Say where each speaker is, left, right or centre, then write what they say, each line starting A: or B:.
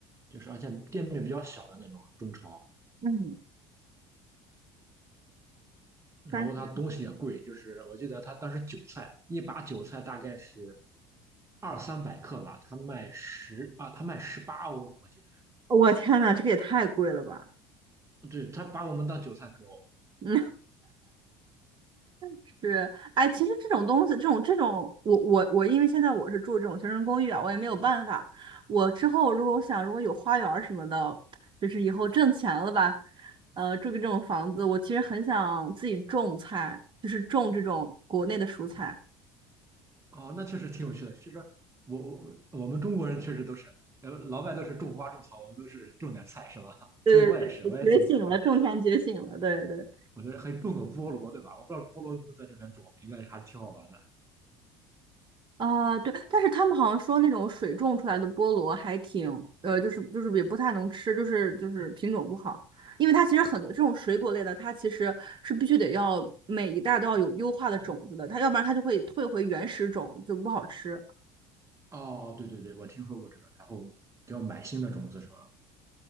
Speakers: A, on the right; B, on the right.
A: 就是而且店面比较小的那种中超，
B: <clears throat> 嗯，
A: 然后它东西也贵，
B: 但是
A: 就是我记得他当时韭菜一把韭菜大概是二三百克吧，他卖十啊，他卖十八欧，我记得
B: 我天呐，这个也太贵了吧！
A: 是，对，他把我们当韭菜割哦。
B: <laughs> 嗯。是，哎，其实这种东西，这种这种，我我我，因为现在我是住这种学生公寓啊，我也没有办法。我之后如果我想，如果有花园儿什么的，就是以后挣钱了吧，呃，住个这种房子，我其实很想自己种菜，就是种这种国内的蔬菜。
A: 哦，那确实挺有趣的。其实我我我们中国人确实都是，呃，老外都是种花种草，我们都是种点菜，是吧？<laughs>
B: 对对对，
A: 其实我也是，我也挺想种点这个。
B: 觉醒了，种田觉醒了，对对。
A: 我觉得可以种个菠萝，对吧？我不知道菠萝能不能在这边种，应该还是挺好玩的。
B: 啊，对，但是他们好像说那种水种出来的菠萝还挺，呃，就是就是也不太能吃，就是就是品种不好，因为它其实很多这种水果类的，它其实是必须得要每一代都要有优化的种子的，它要不然它就会退回原始种，就不好吃。
A: 哦，对对对，我听说过这个。然后要买新的种子是吧？